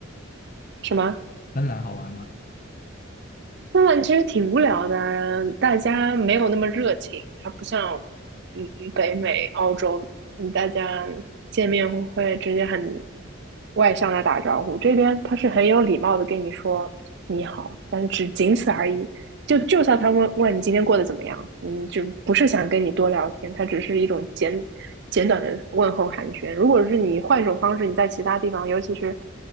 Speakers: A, on the right; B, on the left.
A: 什么？
B: 芬兰好玩吗？
A: 那其实挺无聊的，大家没有那么热情，它不像嗯嗯北美、澳洲，嗯大家见面会直接很外向的打招呼。这边他是很有礼貌的跟你说你好，但是只仅此而已。就就算他问问你今天过得怎么样，嗯，就不是想跟你多聊天，他只是一种简简短的问候寒暄。如果是你换一种方式，你在其他地方，尤其是